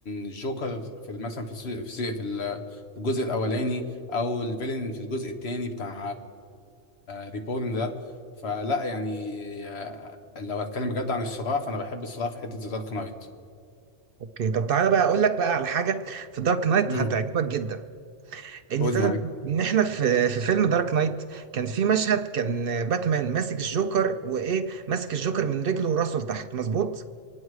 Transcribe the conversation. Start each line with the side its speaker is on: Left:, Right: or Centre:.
Left: الجوكر في مثلا في الس- في الس- في ال- في الجزء الاولاني او الفيلن في الجزء الثاني بتاع ريبورن ده فلا يعني آه، لو هتكلم بجد عن الصراع فانا بحب الصراع في حته ذا دارك نايت
Right: اوكي طب تعالى بقى اقول لك بقى على حاجه في دارك نايت
Left: امم
Right: هتعجبك جدا ان
Left: قول
Right: تد-
Left: لي معاك
Right: ان احنا في في فيلم دارك نايت كان في مشهد كان باتمان ماسك الجوكر وايه ماسك الجوكر من رجله وراسه لتحت مظبوط